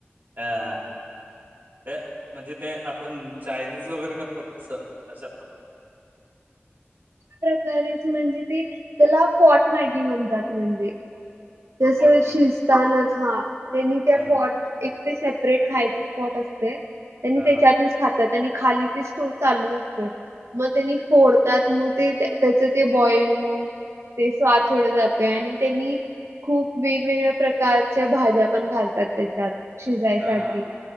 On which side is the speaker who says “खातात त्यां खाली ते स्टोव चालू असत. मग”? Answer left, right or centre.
Right